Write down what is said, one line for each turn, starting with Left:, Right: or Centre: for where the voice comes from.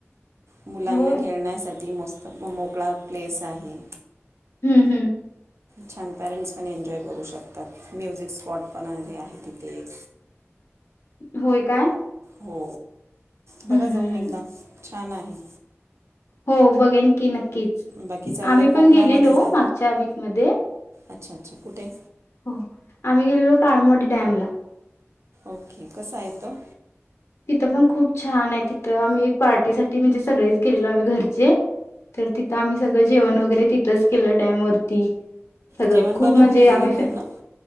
Right: मुलांना
Left: होय
Right: खेळण्यासाठी. ति मस्त मोकळा प्लेस आहे.
Left: हम्म- हम्म
Right: छान पॅरेंट्स पण एन्जॉय करू शकतात म्युझिक स्पॉट पण आहे तिथे एक.
Left: होय काय?
Right: हो
Left: हम्म
Right: बघा जाऊन
Left: हम्म हम्म.
Right: एकदा. छान आहे?
Left: हो बघेन की नक्की. नक्कीच
Right: बाकी चाललंय
Left: आम्ही
Right: कोकणामध्ये
Left: पण गेलेलो
Right: जा
Left: मागच्या वीकमध्ये.
Right: अच्छा -अच्छा कुठे
Left: हो आम्ही गेलेलो काळमोडी डॅमला.
Right: ओके कसा आहे तो-
Left: तिथे पण खूप छान आहे तिथं आम्ही पार्टीसाठी म्हणजे सगळेच गेलेलो आम्ही घरचे- तर तिथं आम्ही सगळ जेवण वैगेरे. तस किल्ला डॅम वरती. सगळं
Right: जेवण
Left: खूप
Right: बनवून
Left: म्हणजे
Right: नेलेलं
Left: आम्ही
Right: घरनं
Left: फ-